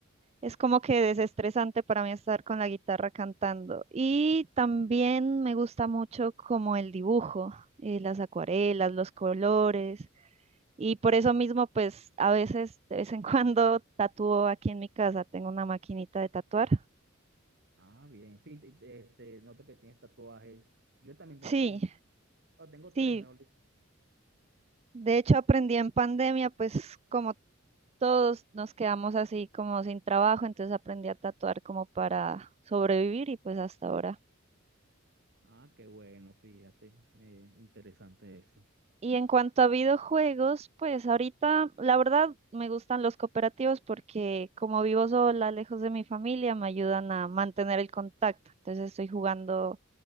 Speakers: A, on the right; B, on the right.
A: Es como que desestresante para mí estar con la guitarra cantando. Y también me gusta mucho como el dibujo, eh, las acuarelas, los colores. Y por eso mismo, pues a veces, de vez en <laughs> cuando, tatúo aquí en mi casa. Tengo una maquinita de tatuar.
B: Ah, bien, sí, te- te- te noto que tienes tatuajes. Yo también tengo
A: Sí,
B: uno, pero tengo
A: sí.
B: tres, mejor
A: De hecho, aprendí en pandemia, pues como todos nos quedamos así como sin trabajo, entonces aprendí a tatuar como para sobrevivir y pues hasta ahora.
B: Ah, qué bueno, fíjate, eh, interesante eso.
A: Y en cuanto a videojuegos, pues ahorita la verdad me gustan los cooperativos porque como vivo sola, lejos de mi familia, me ayudan a mantener el contacto. Entonces estoy jugando